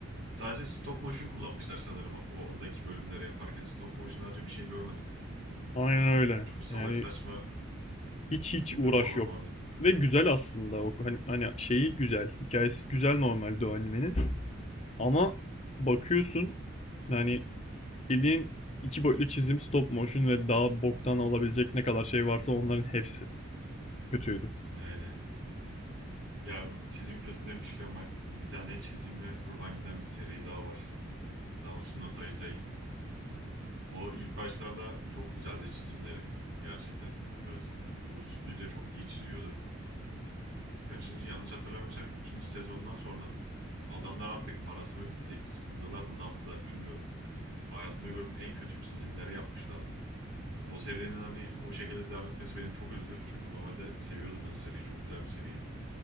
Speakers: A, on the right (about 70°); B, on the left (about 30°).
A: Sadece stop motion kullanmışlar sanırım o oradaki bölümleri yaparken. Stop motion harcı bir şey görmedim.
B: Aynen öyle.
A: Çok salak
B: Yani
A: saçma
B: hiç hiç
A: filmler
B: uğraş
A: falan
B: yok.
A: vardı.
B: Ve güzel aslında o hani, hani şeyi güzel. Hikayesi güzel normalde o animenin. Ama bakıyorsun yani bildiğin iki boyutlu çizim stop motion ve daha boktan olabilecek ne kadar şey varsa onların hepsi kötüydü.
A: Yani ya çizim kötü demişken bak bir tane çizime kurban giden bir seri daha var. Nanatsu no Taizai. O ilk başlarda çok güzeldi çizimleri. Gerçekten öz, bu stüdyo çok iyi çiziyordu. kaçıncı yanlış hatırlamıyorsam ikinci sezondan sonra adamlar artık parası mı bitti, sıkıldılar mı ne yaptılar bilmiyorum. Hayatımda gördüğüm en kötü çizimlere yapmışlardı. O serinin hani o şekilde devam etmesi beni çok üzdü. Çünkü normalde seviyordum ben seriyi. Çok güzel bir seriydi.